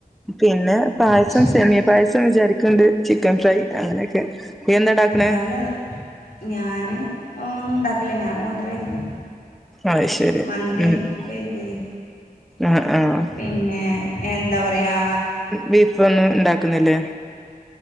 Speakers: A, in the centre; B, on the left.
A: പിന്നെ. പായസം
B: ആ ശരി
A: സെമിയ പായസം വിചാരിക്ക്ണ്ട് ചിക്കൻ ഫ്രൈ അങ്ങനെയൊക്കെ. നീ എന്താ ഇണ്ടാക്കണേ
B: രാവിലെ ഞാന് ഒന്നും ഉണ്ടാക്കില്ല ഞാൻ ഓർഡർ ചെയ്തിന്നു.
A: അത് ശരി
B: മന്തി
A: ഉം ഉം
B: പെരി പെരി.
A: ആഹ് ആഹ്
B: പിന്നെ എന്താ പറയാ?
A: ബീഫ് ഒന്നും ഉണ്ടാക്കുന്നില്ലേ?